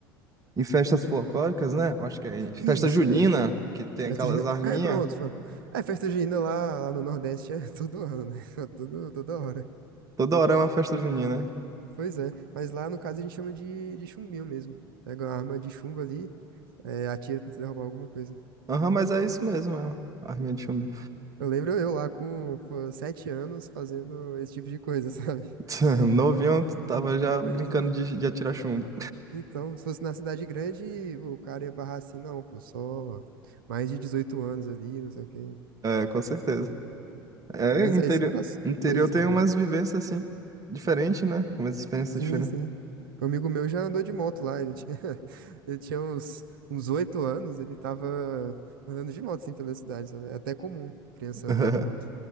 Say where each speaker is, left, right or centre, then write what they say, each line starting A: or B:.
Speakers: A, on the right; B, on the right.
A: em festas folclóricas, né? Acho que é em festa
B: isso,
A: junina,
B: é,
A: que tem aquelas
B: festa junina,
A: arminhas.
B: é, pronto, pronto, é, festa junina lá, lá no Nordeste é <laughs> todo ano, né, <laughs> É todo, toda hora,
A: Toda hora é uma festa junina. né?
B: pois é, mas lá, no caso, a gente chama de, de chumbinho mesmo, pega uma arma de chumbo ali, é, atira, tenta derrubar alguma coisa.
A: Aham, mas é isso mesmo, é uma arminha de chumbo.
B: Eu lembro eu lá com pô, sete anos fazendo esse tipo de coisa, <laughs> sabe?
A: <laughs> Novinho tava já brincando
B: Pois é.
A: de, de atirar chumbo.
B: Então, se fosse na cidade grande, o cara ia barrar assim, não, pô, só mais de 18 anos ali, não sei o quê.
A: É, com certeza. É,
B: Mas
A: interior,
B: é isso, é uma das
A: interior
B: coisas
A: tem
B: que eu
A: umas
B: lembro.
A: vivências assim, diferentes, né? Umas experiências
B: Sim,
A: diferentes.
B: sim. Um amigo meu já andou de moto lá, ele tinha, <laughs> ele tinha uns, uns 8 anos, ele tava andando de moto, assim, pela cidade, sabe? É até comum criança
A: <laughs>
B: andar de moto.